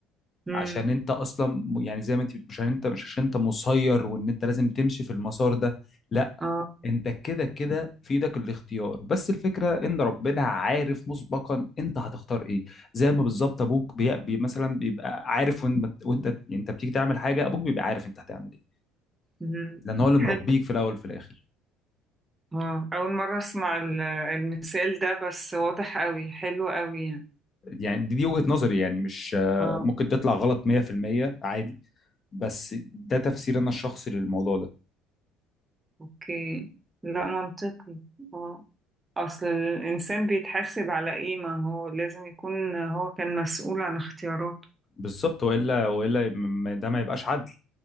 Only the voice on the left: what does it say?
عشان انت اصلا م- يعني زي ما انت بت- مش عشان انت مش عشان انت مسير وان انت لازم تمشي في المسار ده لا
انت كده كده في ايدك الاختيار بس الفكره ان ربنا عارف مسبقا انت هتختار ايه زي ما بالظبط ابوك بي... بي مثلا بيبقى عارف وانت وانت انت بتيجي تعمل حاجه ابوك بيبقى عارف انت هتعمل ايه
لان هو اللي مربيك
في الاول وفي الاخر
يعني دي, دي وجهه نظري يعني مش آه،
ممكن تطلع غلط 100% عادي بس ده تفسير انا الشخصي للموضوع ده
بالظبط والا والا م- ده ما يبقاش عدل